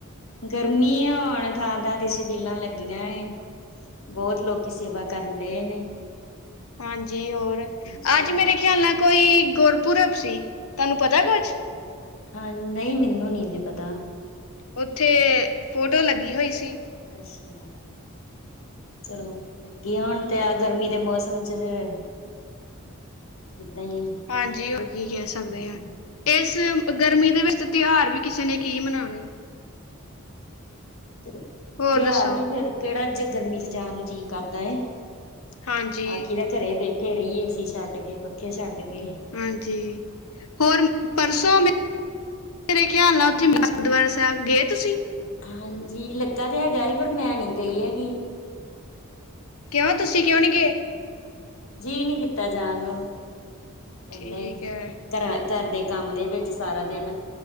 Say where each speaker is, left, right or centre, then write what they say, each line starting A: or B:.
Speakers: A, on the left; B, on the left.
A: ਗਰਮੀ ਆ ਹੁਣ ਥਾਂ-ਥਾਂ ਤੇ ਛਬੀਲਾਂ ਲੱਗੀਆਂ ਨੇ। ਬਹੁਤ ਲੋਕੀ ਸੇਵਾ ਕਰਨ ਡਹੇ ਨੇ।
B: ਹਾਂਜੀ ਹੋਰ
A: ਚਲੋ
B: ਅੱਜ ਮੇਰੇ ਖਿਆਲ ਨਾਲ ਕੋਈ ਗੁਰਪੁਰਬ ਸੀ ਤੁਹਾਨੂੰ ਪਤਾ ਕੁਛ।
A: ਹਾਂ ਨਹੀਂ ਮੈਨੂੰ ਨੀ ਜੇ ਪਤਾ।
B: ਉੱਥੇ ਫੋਟੋ ਲੱਗੀ ਹੋਈ ਸੀ।
A: ਅੱਛਿਆ। ਚਲੋ ਵਧਿਆ ਹੋਣ ਤੇ ਆ ਗਰਮੀ ਦੇ ਮੌਸਮ ਚ ਫੇਰ। ਇੱਦਾਂ ਹੀ ਆ।
B: ਹਾਂਜੀ ਹੋਰ ਕੀ ਕਹਿ ਸਕਦੇ
A: ਹਾਂਜੀ
B: ਆ ਇਸ ਗਰਮੀ ਦੇ ਵਿੱਚ। ਤੇਹਾਰ ਵੀ ਕਿਸੇ ਨੇ ਕੀ ਮਨਾਣੇ।
A: ਤੇ
B: ਹੋਰ
A: ਤੇਹਾਰ
B: ਦੱਸੋ
A: ਵੀ ਫਿਰ ਕੇੜਾ ਜੇ ਗਰਮੀ ਚ ਜਾਣ ਨੂੰ ਜੀਅ ਕਰਦਾ ਏ।
B: ਹਾਂਜੀ
A: ਆਖੀ ਦਾ ਘਰੇ ਈ ਬੈਠੇ ਰਈਏ ਏ ਸੀ ਛੱਡ ਕੇ, ਪੱਖੇ ਛੱਡ ਕੇ।
B: ਹਾਂਜੀ, ਹੋਰ ਪਰਸੋਂ ਮੈ ਮੇਰੇ ਖਿਆਲ ਨਾ ਓੱਥੇ ਗੁਰਦੁਆਰਾ ਸਾਏਬ ਗਏ ਤੁਸੀਂ?
A: ਹਾਂਜੀ, ਲੱਗਾ ਤੇ ਹੈਗਾ ਸੀ ਪਰ ਮੈਂ ਨੀ ਗਈ ਹੈਗੀ।
B: ਕਿਓ ਤੁਸੀ ਕਿਓ ਨੀ ਗਏ।
A: ਜੀਅ ਨੀ ਕੀਤਾ ਜਾਣ ਨੂੰ,
B: ਠੀਕ
A: ਏਦਾ ਈ।
B: ਹੈ
A: ਘਰਾ ਘਰ ਦੇ ਕੰਮ ਦੇ ਵਿੱਚ ਸਾਰਾ ਦਿਨ